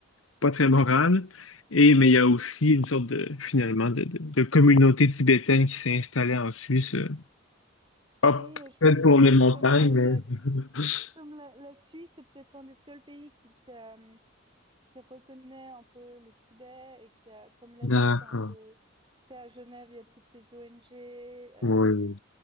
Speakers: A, on the left (about 85°); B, on the right (about 25°).
A: pas très moral. Et mais il y a aussi une sorte de finalement de, de- de communauté tibétaine qui s'est installée en Suisse. euh, hop,
B: Oui, je
A: peut-être
B: pense que
A: pour
B: comme
A: les montagnes,
B: comme la,
A: mais
B: la-
A: <laughs>
B: Comme la, la Suisse est peut-être un des seuls pays qui, qui, a, hum, qui reconnaît un peu le Tibet et qui a, comme la
A: D'accord.
B: Suisse a un peu, tu sais, à Genève, il y a toutes ces ONG euh,
A: Oui. oui.